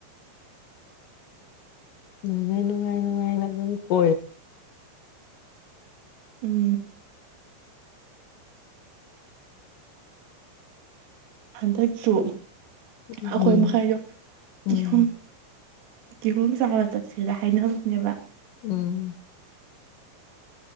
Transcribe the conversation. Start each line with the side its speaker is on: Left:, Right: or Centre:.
Left: ꯉꯪ ꯉꯥꯏ ꯅꯨꯅꯨꯡꯉꯥꯏꯅꯅꯨꯡꯉꯥꯏꯅ ꯑꯗꯨꯝ ꯀ
Right: ꯎꯝ ꯍꯟꯗꯛꯁꯨ
Left: ꯎꯝ
Right: ꯑꯩꯈꯣꯏ ꯃꯈꯩꯗꯣ
Left: ꯎꯝ
Right: ꯀꯤꯍꯨꯝ ꯀꯦꯍꯣꯝ ꯆꯥꯕ ꯆꯠꯁꯦꯗ ꯍꯥꯏꯅꯕꯅꯦꯕ
Left: ꯎꯝ